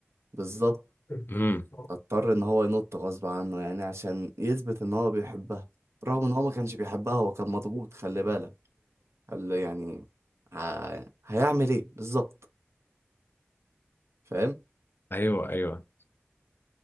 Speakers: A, on the right; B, on the left.
A: بالظبط
B: امم
A: اضطر إن هو ينط غصب عنه يعني عشان يثبت إن هو بيحبها رغم إن هو ما كانش بيحبها هو كان مضغوط خلي بالك قال له يعني ه... هيعمل إيه بالظبط فاهم
B: ايوه ايوه